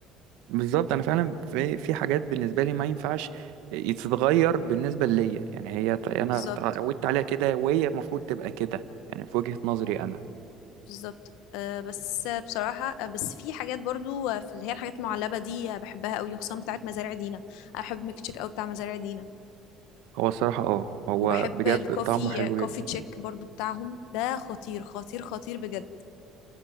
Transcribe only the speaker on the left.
بالظبط
بالظبط آه، بس بصراحة آه، بس في حاجات برضو آه، في اللي هي الحاجات المعلبة دي آه، بحبها قوي خصوصا بتاعت مزارع دينا أنا بحب ميك تشيك قوي بتاع مزارع دينا
وبحب
الكوفي
آه، كوفي
تشيك برضو بتاعهم ده خطير خطير خطير بجد